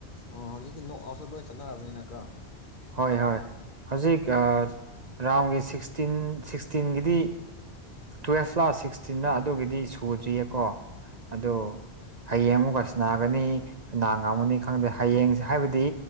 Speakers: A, on the left; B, on the right.
A: ꯑꯣ ꯍꯧꯖꯤꯛꯇꯤ ꯅꯣꯛꯑꯁꯨ ꯂꯣꯏ ꯆꯠꯅꯔꯕꯅꯤꯅꯀ
B: ꯍꯣꯏ ꯍꯣꯏ ꯍꯧꯖꯤꯛ ꯔꯥꯎꯟꯒꯤ ꯁꯤꯛꯁꯇꯤꯟ ꯁꯤꯛꯁꯇꯤꯟꯒꯤꯗꯤ ꯇꯨꯋꯦꯜꯐ ꯂꯥ ꯁꯤꯛꯁꯇꯤꯟꯅ ꯑꯗꯨꯒꯤꯗꯤ ꯁꯨꯗ꯭ꯔꯤꯌꯦꯀꯣ ꯑꯗꯣ ꯍꯌꯦꯡ ꯑꯃꯨꯒꯁ ꯅꯥꯒꯅꯤꯗꯥꯡ ꯉꯝꯒꯅꯤ ꯈꯪꯗꯦ ꯍꯌꯦꯡꯁꯦ ꯍꯥꯏꯕꯗꯤ